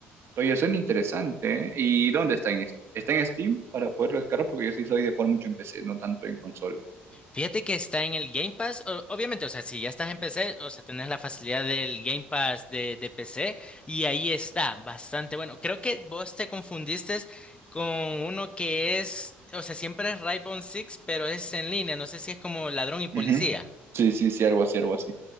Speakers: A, on the right (about 55°); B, on the left (about 20°).
A: oye, suena interesante. ¿eh? ¿Y dónde está en, es- está en Steam para poderlo descargar? Porque yo sí soy de jugar mucho en PC, no tanto en consola.
B: Fíjate que está en el Game Pass. o- obviamente, o sea, si ya estás en PC, o sea, tenés la facilidad del Game Pass de, de PC y ahí está, bastante bueno. Creo que vos te confundiste con uno que es, o sea, siempre es Rainbow Six, pero es en línea. No sé si es como Ladrón y Policía.
A: Ujú. Sí, sí, sí, algo así, algo así.